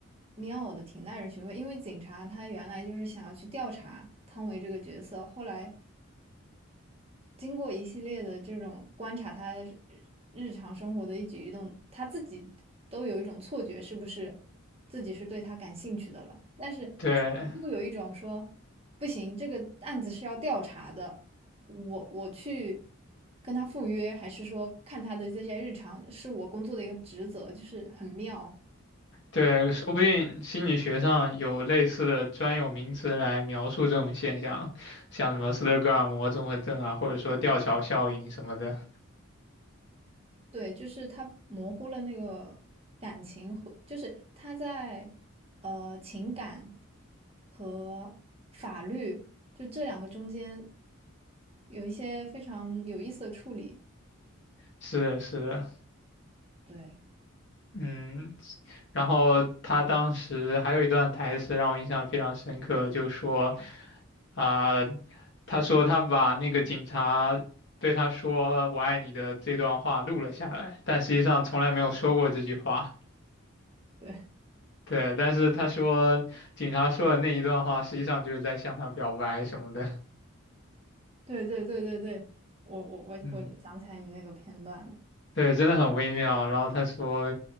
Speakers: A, on the right; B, on the left.
A: 妙的，挺耐人寻味，因为警察他原来就是想要去调查汤唯这个角色，后来。经过一系列的这种观察，他是日常生活的一举一动，他自己都有一种错觉，是不是自己是对他感兴趣的了？但是他又有一种说，
B: 对
A: 不行，这个案子是要调查的，我我去跟他赴约，还是说看他的这些日常，是我工作的一个职责，就是很妙。
B: 对，说不定心理学上有类似的专有名词来描述这种现象，像什么斯德哥尔摩综合症啊，或者说吊桥效应什么的。
A: 对，就是他模糊了那个感情和，就是他在呃情感和法律就这两个中间有一些非常有意思的处理。
B: 是的，是的，
A: 对，
B: 嗯，然后他当时还有一段台词让我印象非常深刻，就说，啊、他说他把那个警察对他说“我爱你”的这段话录了下来，但实际上从来没有说过这句话。
A: 对，
B: 对，但是他说警察说的那一段话，实际上就是在向他表白什么的。
A: 对，对，对，对，对，我我我我想起来你那个片段了，
B: 嗯。对，真的很微妙。然后他说，